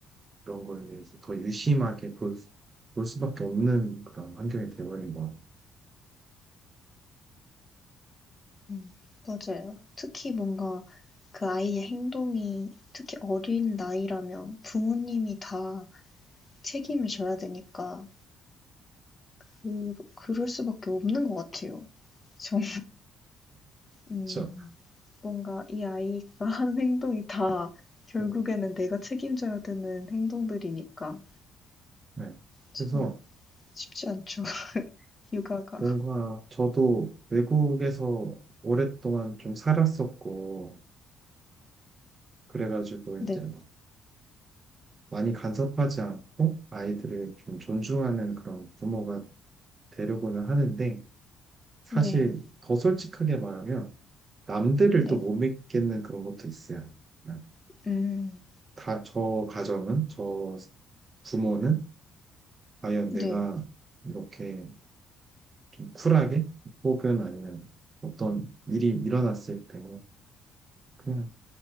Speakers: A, on the right; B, on the left.
A: 그런 거에 대해서 더 유심하게 볼, 수- 볼 수밖에 없는 그런 환경이 돼버린 거
B: 음, 맞아요. 특히 뭔가 그 아이의 행동이 특히 어린 나이라면 부모님이 다 책임을 져야 되니까 그, 그럴 수밖에 없는 것 같아요. 정, 음,
A: 같죠.
B: 뭔가 이 아이가 <laughs> 하는 행동이 다 결국에는
A: 네.
B: 내가 책임져야 되는 행동들이니까
A: 네.
B: 참
A: 그래서
B: 쉽지 않죠. <laughs> 육아가.
A: 뭔가 저도 외국에서 오랫동안 좀 살았었고 그래가지고
B: 네,
A: 이제 뭐 많이 간섭하지 않고 아이들을 좀 존중하는 그런 부모가 되려고는 하는데 사실
B: 네,
A: 더 솔직하게 말하면 남들을
B: 네.
A: 또 못 믿겠는 그런 것도 있어요. 그냥
B: 음,
A: 다, 저 가정은, 저 부모는 과연
B: 네,
A: 내가 이렇게 좀 쿨하게 혹은 아니면 어떤 일이 일어났을 때 그냥